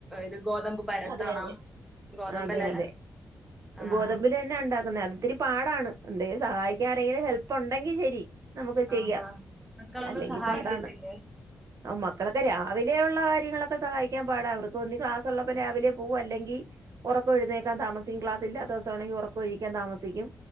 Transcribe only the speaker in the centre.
ത് ഗോതമ്പ് പരത്തണം
ഗോതമ്പല്ലല്ല
ആഹ്
ആഹാ മക്കളൊന്നും
സഹായിക്കത്തില്ലേ